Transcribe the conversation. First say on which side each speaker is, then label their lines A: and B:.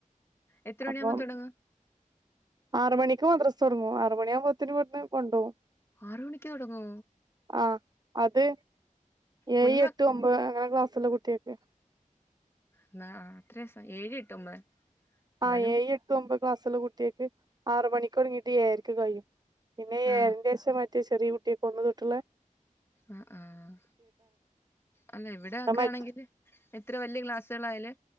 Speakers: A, on the left; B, on the right.
A: എത്ര മണിയാകുമ്പോ
B: അപ്പം
A: തുടങ്ങും
B: ആറ് മണിക്ക് മദ്രസ് തൊടങ്ങും ആറ് മണ്യാവുമ്പോത്തിന് ഇവ്ട്ന്ന് കൊണ്ടോവും
A: ആറ് മണിക്ക് തൊടങ്ങോ
B: ആഹ് അത് ഏഴ്,
A: കുഞ്ഞു
B: എട്ട്, ഒമ്പത് അങ്ങനെ ക്ലാസ്സ്ള്ള കു ട്ട്യേക്ക്
A: ഇന്നാ ആഹ് എത്രേസാ ഏഴ്, എട്ട്, ഒമ്പത് എന്നാലും
B: ആഹ് ഏയ്, എട്ട് ഒമ്പത് ക്ലാസ്സ്ള്ള കുട്ട്യേക്ക് ആറ് മണിക്കൊടങ്ങീട്ട് ഏയരക്ക് കയ്യും പിന്നെ ഈ
A: ആ
B: ഏഴിന്റെശം മറ്റേ ചെറ്യേ കുട്ട്യേക്ക് ഒന്ന് തൊട്ട്ള്ളെ
A: ആഹ് ആഹ് അല്ല ഇവടെ ഒക്കെ
B: അത് മറ്റ്
A: ആണെങ്കില് എത്ര വല്ല്യ ക്ലാസ്സ്കളായാല്